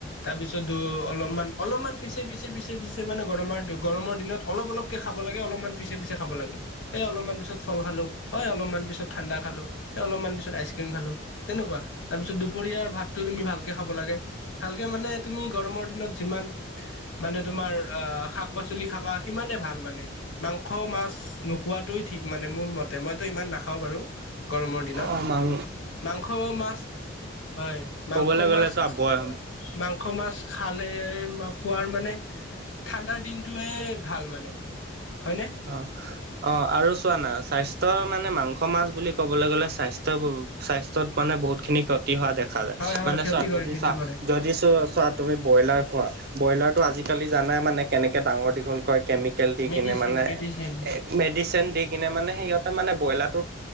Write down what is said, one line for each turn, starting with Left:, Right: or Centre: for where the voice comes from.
Left: তাৰপিছত অলপমান অলপমান পিছে পিছে, পিছে পিছে মানে গৰমৰ গৰমৰ দিনত অলপ অলপকে খাব লাগে, অলপমান পিছে পিছে খাব লাগে। এ, অলপমান পিছত ফল খালোঁ, এ, অলপমান পিছত ঠাণ্ডা খালোঁ, এ, অলপমান পিছত আইচক্ৰীম খালোঁ। তেনেকুৱা, তাৰপিছত দুপৰীয়াৰ ভাতটো তুমি ভাল কে খাব লাগে, ভালকে মানে তুমি গৰমৰ দিনত যিমান মানে তোমাৰ অ' শাক পাচলি খাবা সিমানে ভাল মানে। মাংস, মাছ নোখোৱাটোই ঠিক মানে মোৰ মতে, মইতো ইমান নাখাওঁ বাৰু। গৰমৰ দিনত।
Right: অ মাং
Left: মাংস, মাছ, হয়। সৰু
Right: ক'বলৈ গ'লে
Left: মাছ,
Right: চোৱা বয়
Left: মা‍ংস‌ মাছ, শাক খোৱাৰ মানে ঠাণ্ডাৰ দিনটোয়ে ভাল মানে হয়নে?
Right: অ', অ' আৰু চোৱা না স্বাস্থ্যৰ মানে মাংস মাছ বুলি কবলৈ গ'লে স্বাস্থ্য স্বাস্থ্যত মানে বহুতখিনি ক্ষতি হোৱা দেখা যায়,
Left: হয় হয়
Right: মানে
Left: ক্ষতি
Right: চোৱা
Left: কৰে
Right: যদি
Left: ক্ষতি
Right: চ
Left: কৰে
Right: যদি চ চ তুমি বইলাৰ খোৱা, বায়লাৰটো আজিকালি জানাই মানে‌ কেনেকে ডাঙৰ দিঘল কৰে কেমি কেল দি
Left: মেডিচিন
Right: কিনে মানে
Left: মেডিচিন
Right: এ মেডিচিন দি কিনে মানে সিহঁতে মানে ব্ৰইলাৰটো